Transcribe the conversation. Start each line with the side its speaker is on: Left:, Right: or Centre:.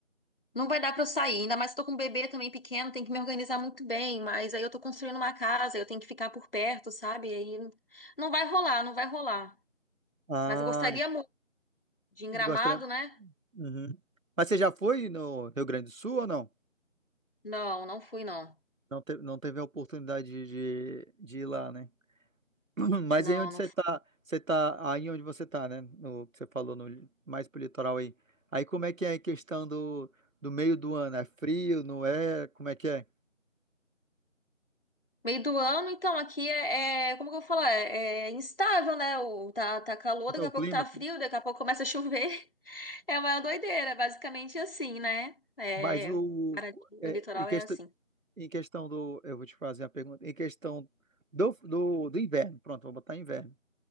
Left: Não vai dar pra eu sair, ainda mais que eu tô com um bebê também pequeno, tem que me organizar muito bem, mas aí eu tô construindo uma casa, eu tenho que ficar por perto, sabe? Aí não vai rolar, não vai rolar.
Right: Ah,
Left: Mas eu gostaria muito de ir em Gramado,
Right: e gostaria.
Left: né?
Right: Uhum. Mas você já foi no Rio Grande do Sul ou não?
Left: Não, não fui, não.
Right: Não, te- não teve a oportunidade de, de, de ir lá, né? <clears throat> Mas
Left: Não,
Right: aí onde
Left: não
Right: você
Left: fui.
Right: tá, você tá, aí onde você tá, né? No que você falou, no, mais pro litoral aí. Aí como é que é a questão do, do meio do ano? É frio, não é? Como é que é?
Left: Meio do ano, então, aqui é, é- como que eu vou falar? É, é instável, né? O, tá, tá calor,
Right: Como
Left: daqui
Right: é
Left: a
Right: o
Left: pouco
Right: clima?
Left: tá frio, daqui a pouco começa a chover. <laughs> É uma doideira, basicamente assim, né? É,
Right: Mas o
Left: Paraty, o
Right: é,
Left: litoral
Right: em questão
Left: é assim.
Right: em questão do eu vou te fazer a pergunta em questão do, do, do inverno, pronto, vou botar inverno.